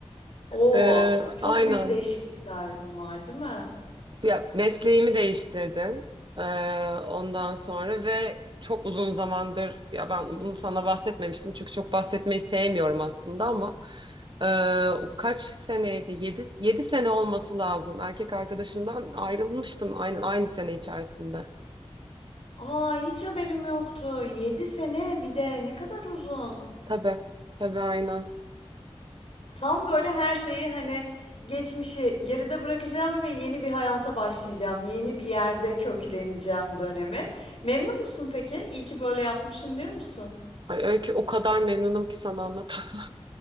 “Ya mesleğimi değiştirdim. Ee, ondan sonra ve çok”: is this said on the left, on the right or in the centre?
Right